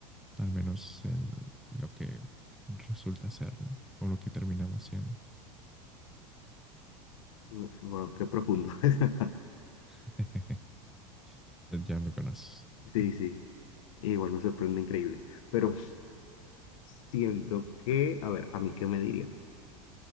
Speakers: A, in the centre; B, on the left (about 60°).
A: al menos en lo que resulta ser, ¿no? O lo que terminamos siendo.
B: Mm, Wow, qué profundo. <laughs>
A: <laughs> Ya me conoces.
B: Sí, sí, igual me sorprende increíble, pero siento que, a ver, ¿a mí qué me diría?